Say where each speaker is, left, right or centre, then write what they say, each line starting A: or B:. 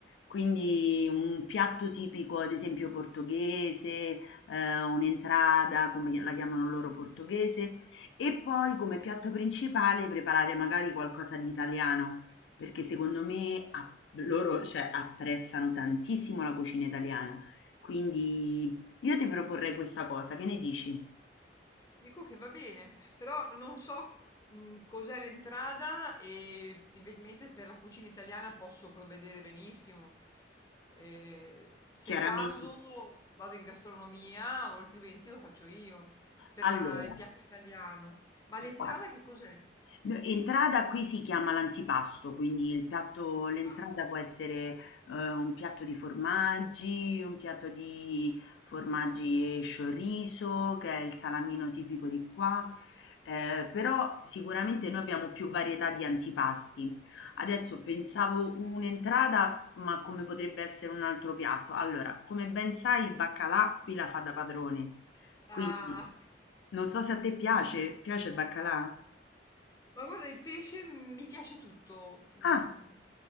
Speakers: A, on the left; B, on the left.
A: Quindi
B: Sì.
A: un piatto tipico, ad esempio portoghese, eh, un'entrata, come la chiamano loro portoghese, e poi come piatto principale preparare magari qualcosa di italiano, perché secondo me a- loro, cioè, apprezzano tantissimo la cucina italiana. Quindi io ti proporrei questa cosa, che ne dici?
B: Dico che va bene, però non so mh, cos'è l'entrada e invece per la cucina italiana posso provvedere benissimo. Eh, se
A: chiaramente
B: caso vado in gastronomia o altrimenti lo faccio io per
A: allora
B: la- il piatto italiano. Ma l'entrata
A: guarda,
B: che cos'è?
A: N entrata qui si chiama l'antipasto, quindi il piatto l'entrata
B: Ah,
A: può essere, ehm, un piatto di formaggi, un piatto di formaggi e sciorriso, che è il salamino tipico di qua, ehm, però sicuramente noi abbiamo più varietà di antipasti. Adesso pensavo un'entrata, ma come potrebbe essere un altro piatto. Allora, come ben sai il baccalà qui la fa da padrone,
B: ah,
A: quindi
B: sì.
A: non so se a te piace, piace il baccalà?
B: Ma guarda, il pesce mi piace tutto. Mm,
A: Ah!